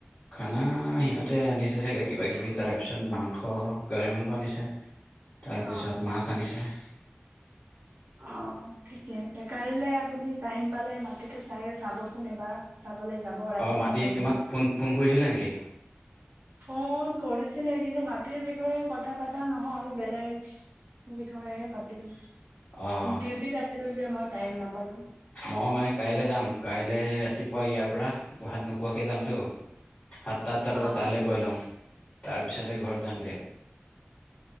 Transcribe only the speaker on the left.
খানা সিহঁতে আনিছে চাগে কিবা- কিবি তাৰপিছত মাংস গাহৰি মাংস আনিছে। তাৰপিছত
মাছ আনিছে।
অঁ মাতি
তোমাক ফোন ফোন কৰিছিলে নেকি
অঁ
মই মানে কাইলৈ যাম, কাইলে ৰাতিপুৱা ইয়াৰ পৰা ভাত নোখোৱাকে যাম তো সাতটা -আঠটা
বজাত তালৈ গৈ লম। তাৰপিছতে ঘৰত যামগে,